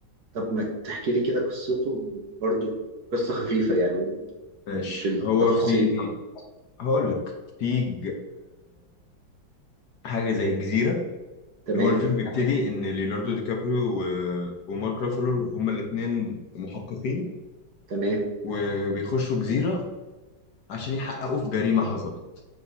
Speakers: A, on the right; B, on the left.
A: طب ما تحكي لي كده قصته برضو قصة خفيفة يعني
B: ماشي
A: مش التفاصيل
B: هو في هقول لك في حاجه زي الجزيره
A: تمام
B: هو الفيلم تمام بيبتدي ان ليوناردو دي كابريو و... ومارك رافالو هما الاثنين محققين
A: تمام
B: وبيخشوا جزيره عشان يحققوا في جريمه حصلت